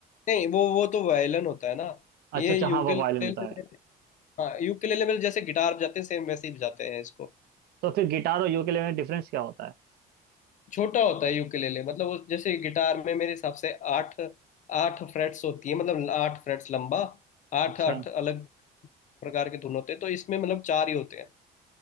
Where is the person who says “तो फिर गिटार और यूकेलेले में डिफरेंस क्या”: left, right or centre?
Right